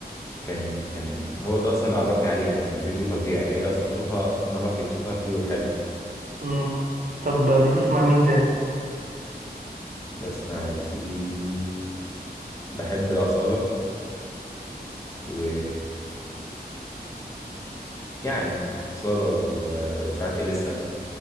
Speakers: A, on the left; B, on the right.
A: كان كان هو ده اصلا اللي عرفني عليها كان فيديو فظيع يعني هي اصلا صوتها صوتها نقي صوتها بيور حلو
B: مم. طب بتسمع مين تاني
A: بسمع يا سيدي بحب أصالة و يعني أصالة و... وساعات إليسا